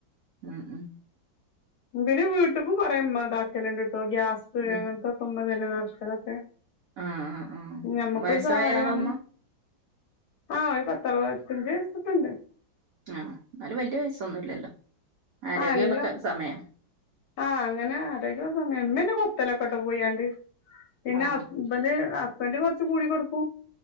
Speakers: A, on the right (about 75°); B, on the left (about 60°).
A: ഉം ഉ
B: പിന്നെ വീട്ട്ക്കും കുറൊ ഇമ്മ ഇതാക്കലുണ്ട് കേട്ടോ. ഗ്യാസ്
A: ഉം
B: അങ്ങനത്തൊക്കെ. ഇമ്മ തന്നെ നറക്കലൊക്കേ
A: ആഹ് ആഹ് ആഹ്
B: നമ്മുക്കൊരു
A: വയസ്സായ
B: സഹായമാണ്.
A: ആളാമ്മ
B: ആഹ ഒരു പത്തറുപത്തഞ്ച്യവയസ്കൊണ്ട്.
A: ആഹ എന്നാലും വല്യ വയസ്സൊന്നുമില്ലല്ലോ. ആരോഗ്യമുള്ളൊക്കെ
B: ആഹ് എല്ലാം
A: സമയം.
B: ആഹ് അങ്ങനെ ആരോഗ്യമുള്ള സമയം എന്നെ ഇമ്മനെയാണ്. പോയി ങട് കൊത്തലൊക്കെ. പിന്നെ
A: ആഹ്
B: ഹസ് ബര് ഹസ്ബൻഡ് കുറച്ച് കൂടി കൊടുക്കൂം.